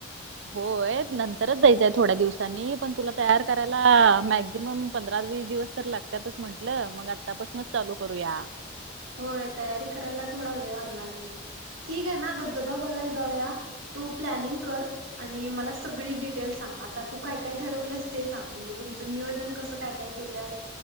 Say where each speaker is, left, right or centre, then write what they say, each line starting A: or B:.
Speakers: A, on the right; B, on the right.
A: होय नंतरच जायचंय थोड्या दिवसांनी, पण तुला तयार करायला मॅक्झिमम पंधरा वीस दिवस तर लागत्यातच म्हटलं, मग आत्ता पासुनच चालू करूया.
B: होय तयारी करायला थोडा वेळ लागणार की, ठीक आहे ना धबधबा बघायला जाऊया तू प्लॅनिंग कर आणि मला सगळी डिटेल सांग, आता तू काय काय ठरवलेस ते सांग, म्हणजे तुमचं नियोजन कसं काय काय ल्यास